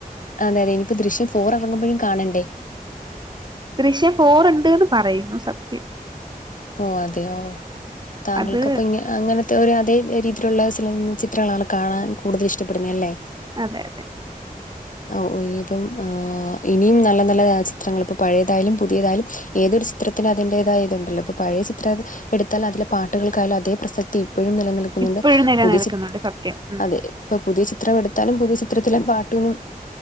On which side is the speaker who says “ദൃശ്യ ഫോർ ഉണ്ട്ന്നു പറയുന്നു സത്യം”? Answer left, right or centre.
Right